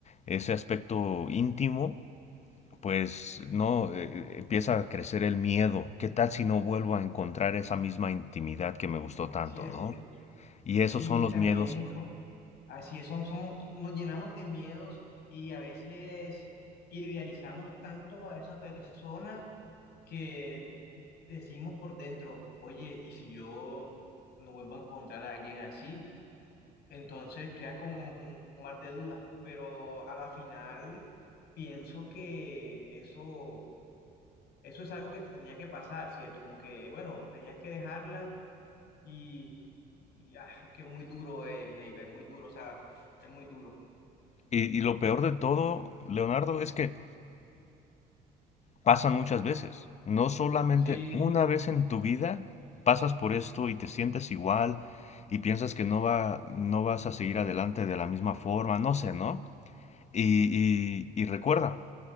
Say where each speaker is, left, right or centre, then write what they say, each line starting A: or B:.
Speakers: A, on the left; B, on the left.
A: Ese aspecto íntimo, pues no, eh, empieza a crecer el miedo. ¿Qué tal si no vuelvo a encontrar esa misma intimidad que me gustó tanto,
B: Cierto.
A: ¿no? Y esos
B: Y
A: son los
B: también
A: miedos.
B: es como, así es, son, son, nos llenamos de miedos y a veces idealizamos tanto a esa persona que decimos por dentro, oye, ¿y si yo no vuelvo a encontrar a alguien así? Entonces queda como un mar de dudas, pero a la final pienso que eso, eso es algo que te tenía que pasar, ¿cierto? Como que, bueno, tenías que dejarla y, y, ah, es que es muy duro el labor, muy duro, o sea, es muy duro.
A: Y, y lo peor de todo, Leonardo, es que Pasan muchas veces. No solamente
B: Sí,
A: una vez en tu vida pasas por esto y te sientes igual y piensas que no va, no vas a seguir adelante de la misma forma, no sé, ¿no? Y, y, y recuerda,